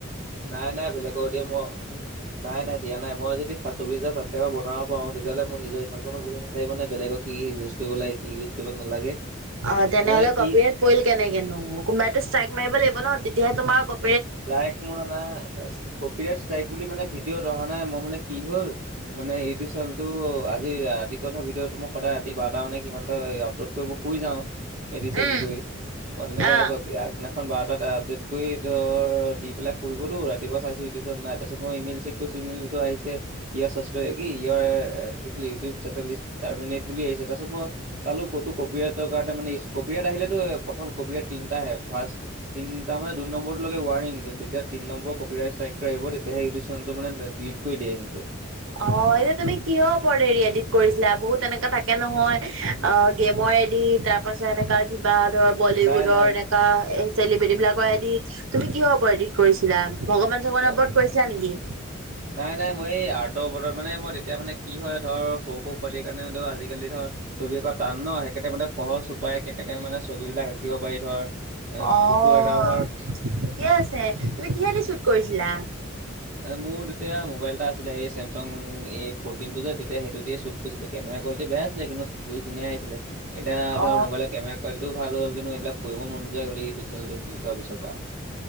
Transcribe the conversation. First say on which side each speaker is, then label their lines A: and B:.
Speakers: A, on the right; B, on the right.
A: নাই নাই বেলেগৰ অডিঅ' ম উম'। নাই নাই দিয়া নাই। মই যদি ছা চৌবিছহাজাৰ বনাব পাওঁ তেতিয়াহলে মই নিজৰ ইমান কনো বুদ্ধি নাকিব নে বেলেগত- কি ইউজ কৰিব লাগে কি ইউজ কৰিব নালাগে।
B: অ' তেনেহলে
A: মানে কি
B: কপিৰাইত পৰিল কেনেকেনো কোনোবাইো ষ্ট্ৰাইক মাৰিব লাগিব ন তেতিয়াহে তোমাৰ ক-
A: লাইক মৱা নাই কপিৰাছ ষ্টাইক বুলি মানে ভিডিঅ'ত অহা নাই মোৰ মানে কি হ'ল? মানে ইউটিউব চেনেলটো আজি ৰাতি কৈ থৱা ভিডিঅ'টো ময় সদায় ৰাতি বাৰটা মানে কিমানটা আপলোড- কৰি ময় শুই যাওঁ এডিদ চেডিদ
B: উম,
A: কৰি মই তেনেকে
B: আহ।
A: আগদিনাখন বাৰটাত আপডেট কৰি- ত' দি পেলাই শুই গলো ৰাতিপুৱা চাইছো ইউদিচন নাই তাৰ পাছত মই ইমেইল চেক কৰিছো ইমেইলতো আহিছে ত- ইয় চাছপে ইয়ৰ ইউটিউব চেনেল টাৰমেনেত বুলি আহিছে। তাৰ পাছত মই চালো- ক'তো কপিৰাটৰ কাৰণে মানে ইছ কপিৰাত আহিলেটো প্ৰথম কপিৰাইত তিনটা আহে। ফাৰ্চ তিনটা মানে দুট- নম্বৰটোলেকে উৱানিং যেতিয়া তিন নম্বৰ কপিৰাইটষ্টাইকটো আহিব তেতিয়াহে ইউটোব চেনেলটো মানে ডিলেট কৰি দিয়ে সিতে।
B: অঁ, এনেই তুমি কিয়? কৰেই এডিত কৰিছিলা বহুত এনেকা থাকে নহয় অঁ গেমৰ এডিত তাৰ পাছত- যে এনেকা কিবা ধৰ- বলিউডৰ
A: নাই নাই
B: এনেকা এ চেলিব্ৰিদি বিলাকৰ আইডি তুমি কিহৰ উপত এডিট কৰিছিলা? ভগৱান চগৱানৰ
A: ম
B: ওপৰত কৰিছিলা নেকি?
A: নাই নাই মই এই আৰ্টৰ উপৰত মানে মই তেতিয়া মানে কি হয়, ধৰ সৰু সৰু পোৱালিৰ কাৰণে ধৰ আজিকালি ধৰ- ছবি আঁকা টান ন, হেকানে মানে সহজ উপায় কেনেকে মানে ছবি বিলাক আঁকিব পাৰি- ধৰ এ
B: অ'।
A: কুকুৰ এগা ভৰ-
B: ঠিকে আছে, তুমি কিহেদি ছোট কৰিছিলা?
A: এ মোৰ তেতিয়া মোবাইল এটা আছিলে এই চেমচং এ ফটিন টো যে তেতিয়া সেইটো দিয়ে চব- কৈছিলো কেমেৰা কোৱালিটি বেয়া আছিল কিন্তু ভিউচ ধুনীয়া আহিছিলে। এতিয়া ধৰ
B: অ
A: মোবাইলৰ কেমৰা কোৱালিটিও ভাল হ'ল, কিন্তু এইবিলাক কৰিব মন নোযোৱা হৈ গ'ল এই ইউিউব চেনেলটো দিলিত হৈ যোৱা পিছৰ পৰা।